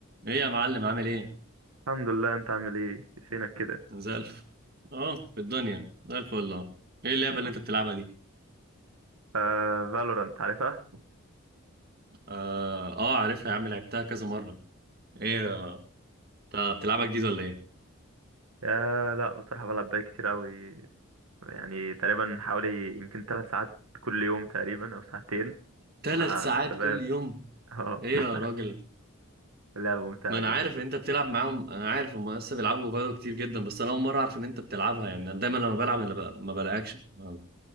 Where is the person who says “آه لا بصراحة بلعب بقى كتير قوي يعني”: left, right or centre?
Right